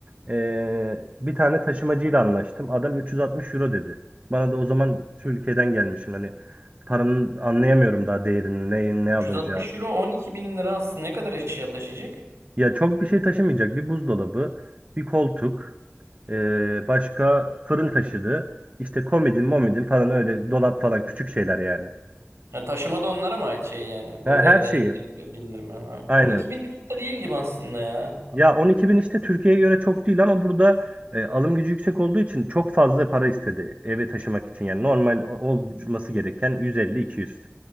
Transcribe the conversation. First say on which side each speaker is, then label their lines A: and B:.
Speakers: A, on the right; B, on the right.
A: eee, bir tane taşımacıyla anlaştım. Adam 360 euro dedi. Bana da o zaman Türkiye'den gelmişim. Hani paranın anlayamıyorum daha değerini ne, ne
B: 360
A: alınacağı.
B: euro 12 bin lira aslında ne kadar eşya taşıyacak?
A: Ya çok bir şey taşımayacak. Bir buzdolabı, bir koltuk, eee, başka fırın taşıdı. İşte komodin, momidin falan öyle dolap falan küçük şeyler yani.
B: Ya taşıma da onlara mı ait şey yani? Bu
A: Ha, her
B: evden
A: şeyi.
B: indirip bindirme. Ha. 12
A: Aynen.
B: bin çok da değil gibi aslında ya.
A: Ya 12 bin işte Türkiye'ye göre çok değil ama burada e, alım gücü yüksek olduğu için çok fazla para istedi eve taşımak için. Yani normal o- olması gereken 150-200